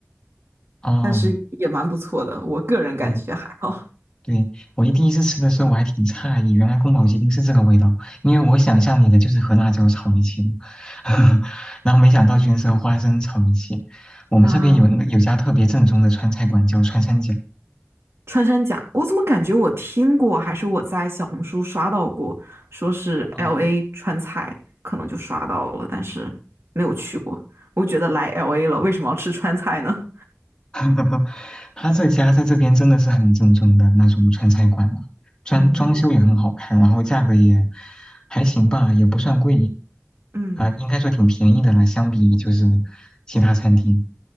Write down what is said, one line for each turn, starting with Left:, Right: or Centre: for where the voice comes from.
Left: 哦，
Right: 但是也蛮不错的，我个人感觉还好。
Left: 嗯，对，我一第一次吃的时候我还挺诧异，原来宫保鸡丁是这个味道，因为我想象里的就是和辣椒炒一起的，<laughs> 然后没想到居然是和花生炒一起。我们这边有那有家特别正宗的川菜馆叫川三甲。
Right: 啊，穿山甲，我怎么感觉我听过，还是我在小红书刷到过，说是
Left: 哦
Right: LA 川菜，可能就刷到了，但是没有去过。我觉得来 LA 了，为什么要吃川菜呢？
Left: <laughs> 他这家在这边真的是很正宗的那种川菜馆了，
Right: <laughs>
Left: 装装修也很好看，
Right: 嗯，那也
Left: 然后价格也还行吧，也不算贵
Right: 嗯，
Left: 啊，应该说挺便宜的了，相比就是其他餐厅。